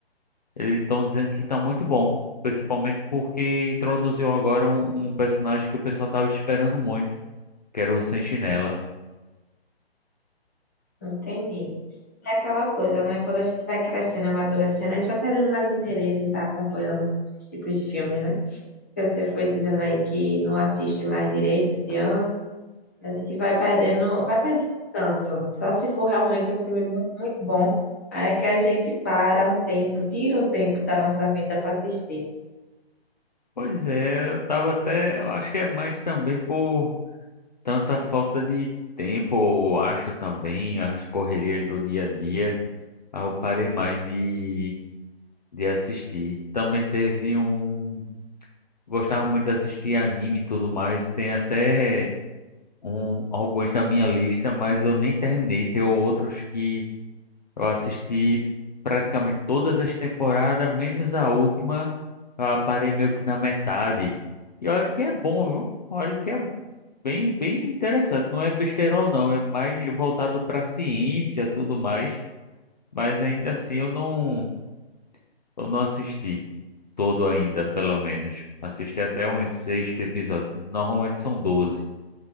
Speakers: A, on the left (about 45°); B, on the left (about 15°).
A: eles estão dizendo que tá muito bom, principalmente porque introduziu agora um, um personagem que o pessoal tava esperando muito, que era o Sentinela.
B: Entendi. É aquela coisa, né? Quando a gente vai crescendo, amadurecendo, a gente vai perdendo mais o interesse em estar acompanhando os tipos de filme, né? Porque você foi dizendo aí que não assiste mais direito esse ano. A gente vai perdendo, vai perdendo tanto. Só se for realmente um filme muito, muito bom, aí é que a gente para um tempo, tira um tempo da nossa vida para assistir.
A: Pois é, eu tava até, eu acho que é mais também por tanta falta de tempo, eu acho também, as correrias do dia a dia, aí eu parei mais de de assistir. Também teve um Gostava muito de assistir anime e tudo mais. Tem até um, alguns na minha lista, mas eu nem terminei. Tem outros que eu assisti praticamente todas as temporadas, menos a última. Eu parei meio que na metade. E olha que é bom, viu? Olha que é bem, bem interessante. Não é besterol, não. É mais voltado pra ciência tudo mais. Mas ainda assim eu não, eu não assisti. todo ainda, pelo menos. Assisti até uns sexto episódio. Normalmente são doze